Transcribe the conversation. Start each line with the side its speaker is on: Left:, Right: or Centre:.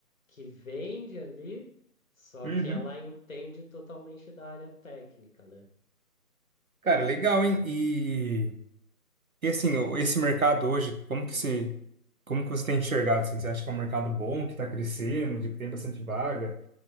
Left: que vende ali, só
Right: Uhum.
Left: que ela entende totalmente da área técnica, né?
Right: Cara, legal, hein? E assim, o- esse mercado hoje, como que se, como que você tem enxergado, assim? Você acha que é um mercado bom, que está crescendo, que tem bastante vaga?